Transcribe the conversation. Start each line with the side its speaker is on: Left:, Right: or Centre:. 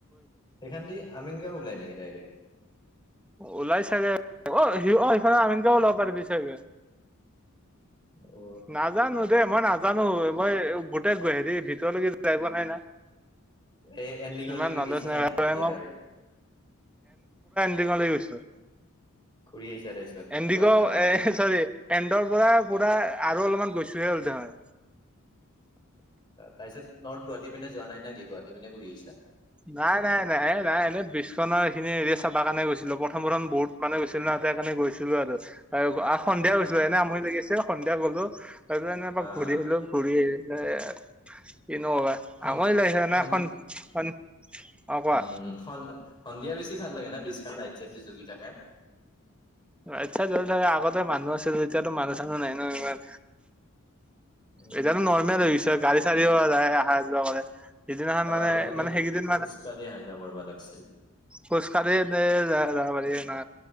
Left: সেখানদি আমিনগাঁও ওলায় নেকি ডাইৰেক্ট?
Centre: ওলাই চাগে অ সি অ সিফালে আমিনকেও ওলাব পাৰিবি চাগে।
Left: অ
Centre: নাজানো দেই মই নাজানো, মই গোটেই হেৰি ভিতৰলৈকে যাই পোৱা নাই না
Left: এ এণ্ডিঙলৈকে
Centre: ইমান নলেজ
Left: গৈছা
Centre: নাই
Left: নে কি ঘুটিয়
Centre: ভাই মই
Left: আহাকে
Centre: লৈ গৈছো
Left: ঘূৰি আহিছা তাৰপিছত
Centre: এণ্ডগ
Left: গুৱাহাটী পিনে
Centre: এ চৰি এন্ডৰ পৰা পুৰা আৰু অলপমান গৈছোহে হ'ল দেহয়
Left: তাৰিছত নৰ্থ গুৱাহাটী মানে যোৱা নাই নে গুৱাহাটী পিনে ঘূৰি আহিছা
Centre: নাই নাই নাই নাই এনেই ব্ৰিজখনৰ এইখিনি এয় চাবা কাৰণে গৈছিলো প্ৰথম প্ৰথম বহুত মানে, ছিল ন ততে কাৰণে গৈছিলো আৰু। সন্ধিয়া
Left: আহা
Centre: গৈছিলো এনে আমৰি লাগি আছিল। সন্ধিয়া গ'লো আৰুানে
Left: আহা
Centre: ঘূৰি আহলো ঘূৰি আহ <unintelligible> <inaudible> কিনো কবা,
Left: সন
Centre: আমনি লাগিছে
Left: সন
Centre: না খন খন অ কোৱা
Left: উম সন সন্ধিয়া বেছি ভাল লাগে না বিজ খন লাইট চাইড যে জ্বলি থাকে,
Centre: ইচ্ছা জল থাকে আগতে মানুহ আছে যদি এতিয়াতো মানুহ চানুহ নাই ন ইমান
Left: উম
Centre: এতিয়াটো
Left: উম
Centre: নৰ্মেল হৈছে গাড়ী চাৰিও যায় অহা যোৱা কৰে সিদিনাখন
Left: অ
Centre: মানে
Left: আগতেতো
Centre: মানে সেইকেইদিন
Left: খোজ কঢ়ি আহ যোৱা কৰবা লাগছিল।
Centre: খোজকাাঢ়ি নে যাব পাৰি না